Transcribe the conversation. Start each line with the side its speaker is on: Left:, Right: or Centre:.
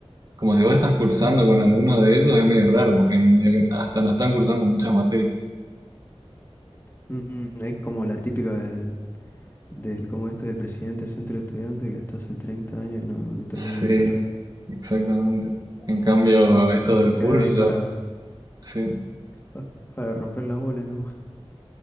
Right: como si vos estás cursando con alguno de ellos, es medio raro, porque medio que hasta no están cursando muchas materias.
Left: Mm, mm, es como la típica del, del, como este del presidente del centro de estudiantes que está hace 30 años y no, no termina
Right: Sí,
Left: la carrera.
Right: exactamente. En cambio, estos del
Left: Se queda
Right: Fulf,
Left: ahí para,
Right: yo, sí,
Left: pa- para romper la bola, ¿no?